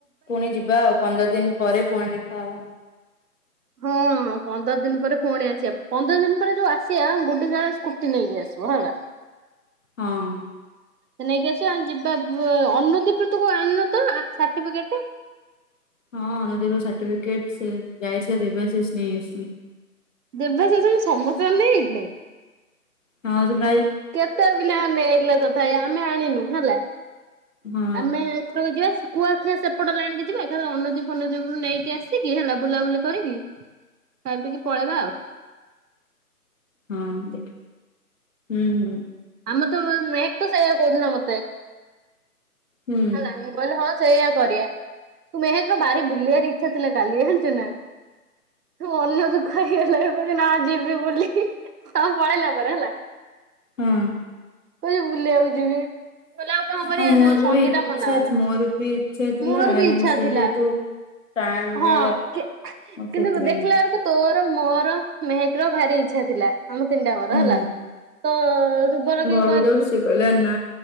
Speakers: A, on the left; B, on the right.
A: ପୁଣି ଯିବା ଆଉ ପନ୍ଦର ଦିନ ପରେ ପୁଣି ଦେଖା ହବ।
B: ହଁ ପନ୍ଦର ଦିନ ପରେ ପୁଣି ଆସିବା ପନ୍ଦର ଦିନ ପରେ ଯୋଉ ଆସିବା ଗୁଡି କୁ କହିବା ସ୍କୁଟି ନେଇକି ଆସି ବ ହେଲା ।
A: ହଁ ।
B: ସେ ନେଇକି ଆସିବା ଆମେ ଯିବା ବ ଅନୋଦି କୃତ କୁ ଆଣିନୁ ତ ଆ ସାଟିଫିକେଟ ଟା ।
A: ହଁ ଅନଦି ର ସାଟିଫିକେଟ ସେ ଯାଇଥିଲା ଦେବେଶିସ ସେ ନେଇ ଆସିଛି ।
B: ଦେବାସିସ ଭାଇ ସମସ୍ତଙ୍କ ର ନେଇ ଆଇଥିଲେ କି।
A: ହଁ ।
B: କେତେ ପିଲା ନେଇ ଯାଇଥିଲେ ତଥାପି ଆମେ ଆଣିନୁ ହେଲା ।
A: ହଁ
B: ଆମେ ଏଥରକ ଯିବା । କୁଆଖିଆ ସେପଟ ଲାଇନ କି ଯିବା ଏକାଥରେ ଅନଦୀ ଫନଦୀ ଉପରୁ ନେଇକି ଆସିକି ହେଲା ବୁଲାବୁଲି କରିକି । ଖାଇ ପିଇକି ପଳେଇବା ଆଉ ।
A: ହୁଁ ଦେଖେ ହୁଁ ହୁଁ ।
B: ଆମ ତ ମ ମହେକ ତ ସେଇଆ କହୁଥିଲା ମତେ
A: ହୁଁ
B: ହେଲା ମୁଁ କଇଲି ହ । ସେଇୟା କରିବା ତୁ ମେହେକର ଭାରି ବୁଲିବାର ଇଚ୍ଛା ଥିଲା କାଲି ଆଣିଛୁ ନା । ଅନ ଦୁଃଖ ହେଇଗଲା ରୁ କହୁଚି ନା ଯିବି ବୁଲି ତମେ ପଳେଇଲା ପରେ ହେଲା ।
A: ହଁ ।
B: କଉଛି ବୁଲିଆ କୁ ଯିବି । ଆଉ କଣ କରିବା
A: ହଁ ମୋର
B: ସେ ସଙ୍ଗୀତା
A: ବି ଇଚ୍ଛା
B: ମନା କଲା
A: ମୋର ବି ଇଚ୍ଛା ଥିଲା
B: ମୋର
A: ହେଲେ
B: ବି ଇଚ୍ଛା
A: ସେ
B: ଥିଲା
A: ଯେହେତୁ ଟାଣରେ
B: । ହଁ କି କିନ୍ତୁ
A: ସେଥିପାଇଁ
B: ଦେଖିଲା ବେଳକୁ ତୋର। ମୋର ମେହେକ ର ଭାରି ଇଚ୍ଛା ଥିଲା । ଆମ ତିନିଟା ଙ୍କର
A: ହୁଁ
B: ହେଲା ତ ଶୁଭଲକ୍ଷ୍ମୀ ।
A: ଘର କୁ ଯାଉଛି ସେ କହିଲା ନା